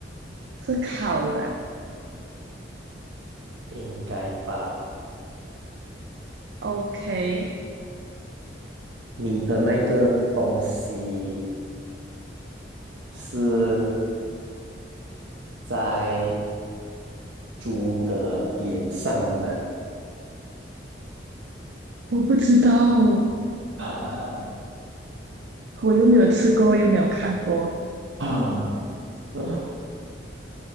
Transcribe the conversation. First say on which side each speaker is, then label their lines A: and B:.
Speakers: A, on the right; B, on the right.
A: 是烤的
B: 应该吧？
A: ？OK，
B: 你的那个东西是在猪的脸上的吗？
A: 我不知道，
B: 啊
A: 我又没有吃过，又没有看过。
B: 啊！<laughs>